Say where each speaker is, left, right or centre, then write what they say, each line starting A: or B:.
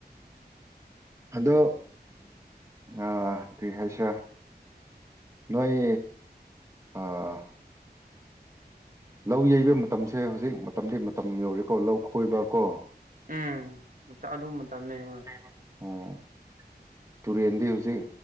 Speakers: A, on the right; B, on the right.
A: ꯑꯗꯣ ꯑ ꯀꯔꯤ ꯍꯥꯏꯁꯤꯔꯥ ꯅꯣꯏ ꯑꯥ ꯂꯧ ꯌꯩꯕ ꯃꯇꯝꯁꯦ ꯍꯧꯖꯤꯛ ꯃꯇꯝꯗꯤ ꯃꯇꯝ ꯌꯧꯔꯦꯀꯣ ꯂꯧ ꯈꯣꯏꯕꯀꯣ
B: ꯎꯝ ꯑꯗꯨ ꯃꯇꯝꯅꯦ ꯍꯣꯏ
A: ꯑꯣ ꯇꯨꯔꯦꯟꯗꯤ ꯍꯧꯖꯤꯛ